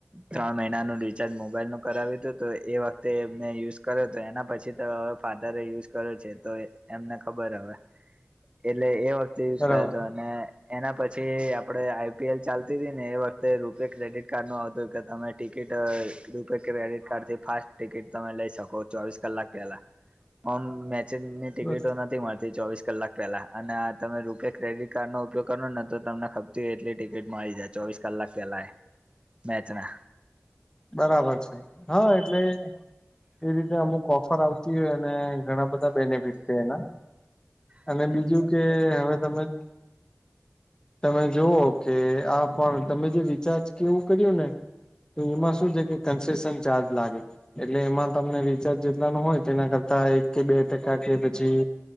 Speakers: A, on the right; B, on the left.
A: ત્રણ મહિનાનું રિચાર્જ મોબાઈલ નું કરાવ્યું હતું તો એ વખતે મેં યુઝ કર્યો તો એના પછી તો હવે ફાધર યુઝ કરે છે તો એમને ખબર હવે એટલે એ વખતે યુઝ
B: બરાબર
A: કરે તો અને એના પછી આપડે આઈપીએલ ચાલતી હતી ને એ વખતે રૂપિયા ક્રેડિટ કાર્ડ નું આવતું કે તમે ટિકિટ રૂપિયા ક્રેડિટ કાર્ડ થી ફાસ્ટ ટિકિટ તમે લઈ શકો ચોવીસ કલાક પેલામ મેચની ટિકિટો
B: બસ
A: નથી મળતી ચોવીસ કલાક પેલા અને આ તમે રૂપે ક્રેડિટ કાર્ડનો ઉપયોગ કરો ને તો તમને ખપતી હો એટલી ટિકિટ મળી જ ચોવીસ કલાક પેલા મેચ ના
B: બરાબર છે હા એટલે એવી રીતે અમુક ઓફર આવતી હોય અને ઘણા બધા બેનિફિટ છે એના અને
A: કલાકમાં
B: બીજું કે હવે તમે -
A: <inaudible>
B: તમે જોઓ કે આ પણ તમે જે રિચાર્જ કેવું કર્યું ને તો એમાં શું કે કેનશેસન ચાર્જ લાગે. એટલે એમાં તમને રીચાર્જ જેટલા ન હોય તેના કરતા એક કે બે ટકા કે પછી